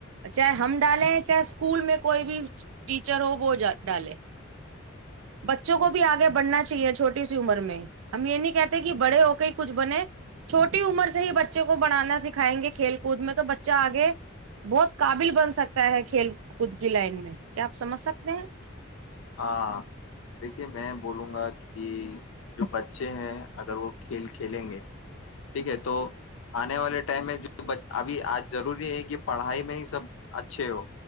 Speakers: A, on the right (about 75°); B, on the left (about 75°).
A: چاہے ہم ڈالیں چاہے اسکول میں کوئی بھی ٹیچر ہو وہ ڈالے بچوں کو بھی آگے بڑھنا چاہیے چھوٹے چھوٹی سی عمر میں ہم یہ نہیں کہتے کہ بڑے ہو کے ہی کچھ بنے چھوٹی عمر سے ہی بچے کو بڑانا سکھائیں گے کھیل کود میں تو بچہ آگے بہت قابل بن سکتا ہے کھیل کود کی لائن میں کیا آپ سمجھ سکتے ہیں
B: ہاں دیکھیے میں بولوں گا کہ کہ جو بچے ہیں اگر وہ کھیل کھیلیں گے ٹھیک ہے تو آنے والے ٹائم میں جو ابھی آج ضروری ہے کہ پڑھائی میں ہی سب اچھے ہو